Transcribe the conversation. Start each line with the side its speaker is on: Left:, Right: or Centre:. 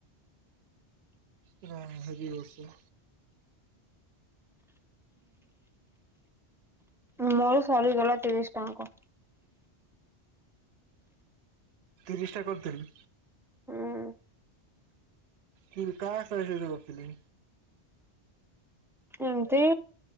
Right: ପୁରା ହେବି ବର୍ଷା।
Centre: ମୋର ସରିଗଲା ତିରିଶ ଟା ଯାକ।
Right: ତିରିଶ ଟା କରିଦେଲୁ?
Centre: ହୁଁ
Right: କି କାହା କାହା ସହିତ ଗପିଲୁ?
Centre: ଏମତି